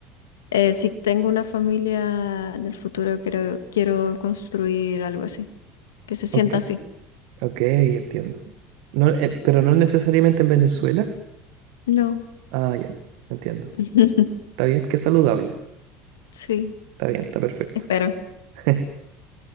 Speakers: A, on the left; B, on the right.
A: eh, si tengo una familia en el futuro, quiero, quiero construir algo así, que se sienta
B: ok,
A: así.
B: ok, entiendo. No, eh, pero no necesariamente en Venezuela.
A: No.
B: Ah, ya, entiendo.
A: <laughs>
B: Está bien, qué saludable.
A: Sí,
B: Está bien, está perfecto.
A: espero.
B: <laughs>